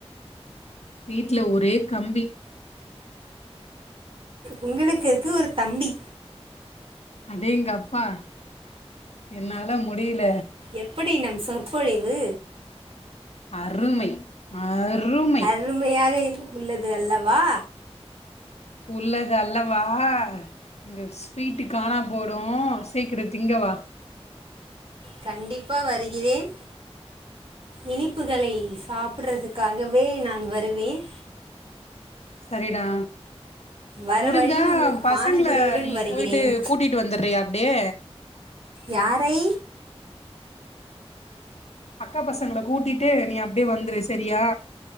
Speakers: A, on the left; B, on the right.
A: வீட்ல ஒரே கம்பி
B: உங்களுக்கு இருக்கு ஒரு தம்பி
A: அடேங்கப்பா என்னால முடியில
B: எப்படி நம் சொற்பொழிவு
A: அருமை அருமை
B: அருமையாக இல் உள்ளது அல்லவா
A: உள்ளது அல்லவா இங்க ஸ்வீட்டு காணா போய்டு சீக்கிர திங்கவா
B: கண்டிப்பா வருகிறேன் இனிப்புகளை சாப்பிடறதுக் காகவே நான் வருவேன்
A: சரிடா
B: வர
A: முடிஞ்சா
B: வழியில் உங்களுக்கு
A: பசங்கள
B: பானிபூரியுடன்
A: நீ
B: வருகிறேன்
A: போய்ட்டு கூட் டிட்டு வந்துட்றியா அப்டே
B: யாரை?
A: அக்கா பசங்கள கூட்டிட்டு நீ அப்டியே வந்துரு செரியா.